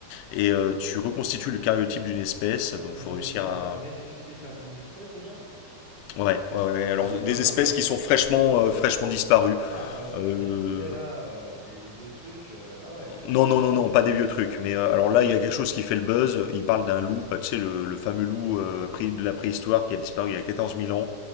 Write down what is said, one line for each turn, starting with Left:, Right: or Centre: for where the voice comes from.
Left: et euh, tu reconstitues le cariotype d'une espèce.
Right: Attends,
Left: Donc il
Right: ils
Left: faut réussir
Right: ont réussi à
Left: à.
Right: à ressusciter certaines espèces déjà?
Left: Ouais, ouais, ouais. ouais. Alors
Right: Il a quoi,
Left: des
Right: par
Left: espèces
Right: exemple?
Left: qui sont fraîchement, euh, fraîchement disparues.
Right: Ah, voilà, parce
Left: Euh,
Right: que je me disais là, euh, des, des vieux trucs. euh, ah ouais, ça serait
Left: Non,
Right: énorme.
Left: non, non, non, pas des vieux trucs. Mais euh, alors là, il y a quelque chose qui fait le buzz. Il parle d'un loup, bah, tu sais, le, le fameux loup euh, pré- de la préhistoire qui a disparu il y a quatorze mille ans.